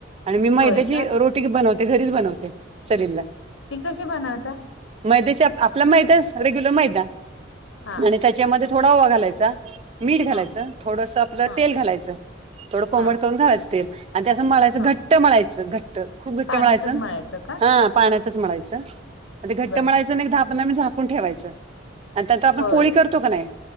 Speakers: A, on the right (about 30°); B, on the left (about 80°).
A: आणि मी मैद्याची
B: होय का
A: रोटी बनवते घरीच बनवते सलीलला
B: ती कशी बनवता
A: मैदा आपला मैदा रेग्युलर मैदा
B: हा
A: आणि त्याच्यामध्ये थोड रव्वा घालायचा मीठ घालायचं
B: हा
A: थोडंस आपलं
B: हा
A: तेल घालायचं थोडं कोमट
B: हा
A: करून घालायचं तेल आणि त्या असं म्हळायचं
B: हा
A: घट्ट म्हळायचं घट्ट खूप घट्ट
B: पाण्यातच
A: म्हळायचं
B: मळायचं का
A: हा पाण्यातच मळायचं घट्ट
B: बर
A: मळायचं ना दहा पंधरा मिनिट झापून ठेवायचं आणि त्यां त आपण
B: होय
A: पोळी करतो का नाही